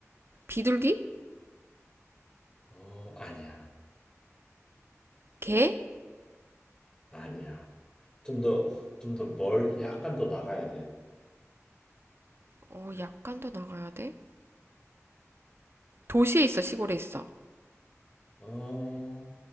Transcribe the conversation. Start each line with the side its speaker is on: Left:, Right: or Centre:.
Right: 비둘기?
Left: 커어 아니야
Right: 개?
Left: 아니야 좀 더 좀 더 멀 약간 더 나가야
Right: 어, 약간 더 나가야 돼? 도시에 있어, 시골에 있어?
Left: 돼어